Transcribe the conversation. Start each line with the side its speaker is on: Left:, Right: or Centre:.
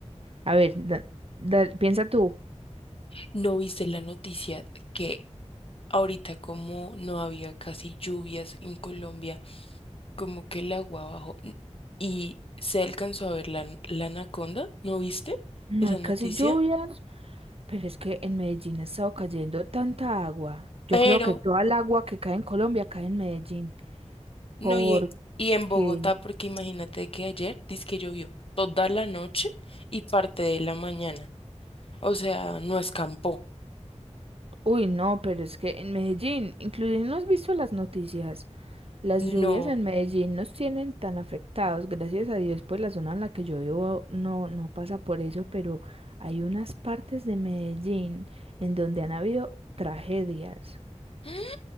Right: a ver, da- da- piensa tú.
Left: ¿No viste la noticia que ahorita como no había casi lluvias en Colombia, como que el agua bajó n- y se alcanzó a ver la, la anaconda? ¿No viste
Right: No
Left: esa
Right: hay casi
Left: noticia?
Right: lluvias, pero es que en Medellín ha estado cayendo tanta agua. Yo
Left: Pero,
Right: creo que toda el agua que cae en Colombia cae en Medellín.
Left: no,
Right: Porque,
Left: y, y en Bogotá, porque imagínate que ayer que llovió toda la noche y parte de la mañana. O sea, no escampó.
Right: uy, no, pero es que en Medellín, incluso no has visto las noticias. Las
Left: No.
Right: lluvias en Medellín nos tienen tan afectados, gracias a Dios, pues la zona en la que yo vivo no, no pasa por eso, pero hay unas partes de Medellín en donde han habido tragedias,
Left: <gasps>